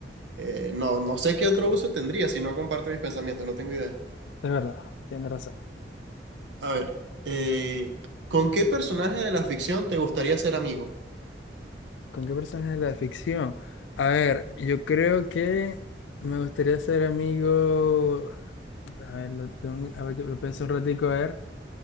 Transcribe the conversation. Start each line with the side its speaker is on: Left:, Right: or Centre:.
Right: eh, no, no sé qué otro uso tendría si no comparte mis pensamientos, no tengo idea.
Left: es verdad, tienes razón.
Right: A ver, eh, ¿con qué personaje de la ficción te gustaría ser amigo?
Left: ¿Con qué personaje de la ficción? A ver, yo creo que me gustaría ser amigo... A ver, lo tengo- a ver, que lo pienso un ratico, a ver.